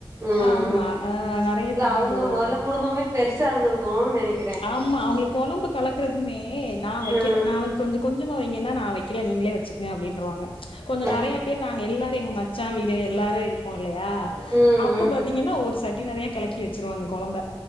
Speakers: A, on the right; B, on the left.
A: ம்
B: ஆமா அ நெறைய
A: இல்ல
B: தூக்கி
A: அவுங்க
B: போடுவாங்க
A: மொதல குடும்பமே பெருசாருந்திருக்கும் நெனைக்க
B: ஆமா அவுங்களுக் கொழம்பு கலக்குறதுமே நா வெக்கெல
A: ம்
B: நா கொஞ்ச கொஞ்சமா வைங்கனா நா வெக்கெல நீங்களே வச்சுக்குங்க அப்டின்றுவாங்க கொஞ்ச நெறைய
A: ம்
B: பேர் நாங்க எல்லாரு எங்க மச்சா வீ கே எல்லாரு இருப்போ இல்லையா
A: ம் ம்
B: அப்ப பாத்தீங்கன்னா ஒரு ச சட்டி நிறையா கலக்கி வெச்சுருவாங்க கொழம்ப